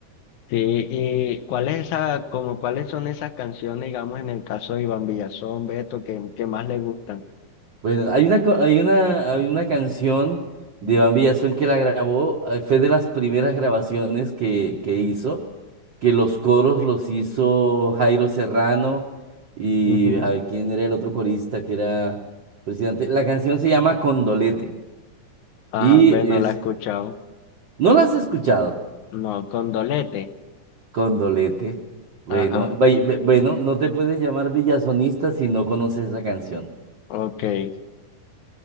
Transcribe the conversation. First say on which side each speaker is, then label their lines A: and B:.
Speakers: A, on the left; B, on the right.
A: Sí, y ¿cuál es esa, como cuáles son esas canciones, digamos, en el caso de Iván Villazón, Beto, que, que más le gustan?
B: Bueno, hay una, co- hay una, hay una canción de Iván Villazón que la grabó, eh, fue de las primeras grabaciones que, que hizo, que los coros los hizo Jairo Serrano y
A: Ujú.
B: a ver quién era el otro corista que era presidente. La canción se llama Condolete
A: Ajá,
B: y
A: ve, no
B: es,
A: la he escuchado.
B: ¿no la has escuchado?
A: No, Condolete.
B: Condolete. Bueno,
A: Ajá,
B: vay- ve- bueno, no te puedes llamar villazonista si no conoces esa canción.
A: ok. Y,